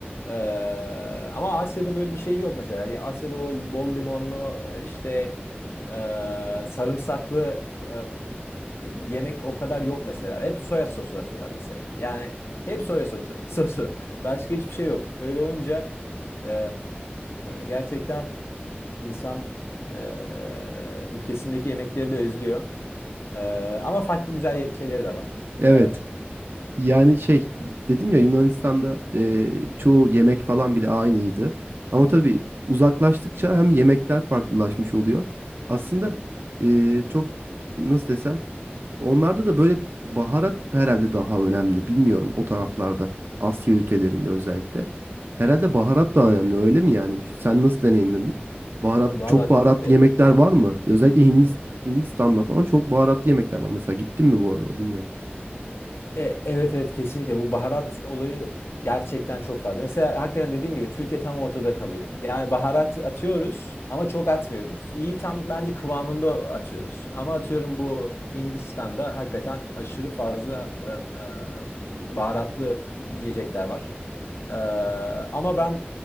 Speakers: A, on the left; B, on the right.
A: Ee, ama Asya'da böyle bir şey yok mesela. Ya Asya'da o bol limonlu e, işte e, sarımsaklı e, yemek o kadar yok mesela. Hep soya sosu atıyorlar mesela. Yani hep soya sosu, <laughs> sosu. Başka hiçbir şey yok. Öyle olunca e, gerçekten İnsan eee, ülkesindeki yemekleri de özlüyor. Eee, ama farklı güzel ye- şeyleri de var.
B: Evet.
A: Eee,
B: Yani şey dedim ya Yunanistan'da e, çoğu yemek falan bile aynıydı. Ama tabii uzaklaştıkça hem yemekler farklılaşmış oluyor. Aslında e, çok nasıl desem Onlarda da böyle baharat herhalde daha önemli. Bilmiyorum o taraflarda. Asya ülkelerinde özellikle. Herhalde baharat da önemli öyle mi yani? Sen nasıl deneyimledin? Baharat,
A: e, valla
B: çok baharatlı
A: e,
B: yemekler var mı? Özellikle Hindis- Hindistan'da falan çok baharatlı yemekler var. Mesela gittin mi bu arada bilmiyorum.
A: E, evet evet kesinlikle bu baharat olayı gerçekten çok fazla. Mesela hakikaten dediğin gibi Türkiye tam ortada kalıyor. Yani baharat atıyoruz ama çok atmıyoruz. İyi tam bence kıvamında atıyoruz. Ama atıyorum bu Hindistan'da hakikaten aşırı fazla e, e, baharatlı yiyecekler var. E, ama ben